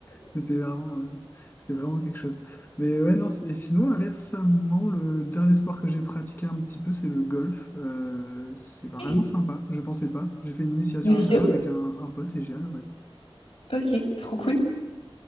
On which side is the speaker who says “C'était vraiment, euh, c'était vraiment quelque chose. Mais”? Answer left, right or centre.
Left